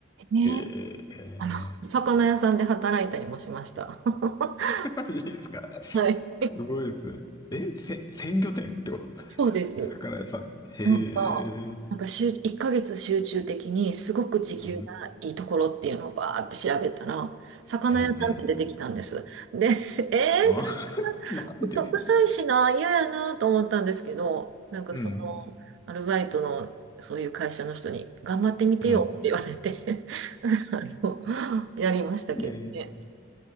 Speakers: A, on the right; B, on the left.
A: ね、
B: へえ、
A: あの、<laughs> 魚屋さんで働いたりもしました。<laughs>
B: マジですか。す
A: はい。
B: ごいですね。え、せ、鮮魚店ってこと
A: そうです。
B: 魚屋さん。へえ、
A: なんか、
B: うん、
A: なんか集1ヶ月集中的にすごく時給がいいところっていうのをバーって調べたら、
B: うん、
A: 魚屋さんって出てきたんです。
B: うん。
A: で、<laughs> えー、
B: あ、
A: 魚ちょっと臭いしな、
B: なんで
A: 嫌やなと思ったんですけど、なんかその、
B: うん。
A: アルバイトのそういう会社の人に、頑張ってみてよって言われて
B: うん。
A: <laughs> あのやりましたけどね。
B: ええ、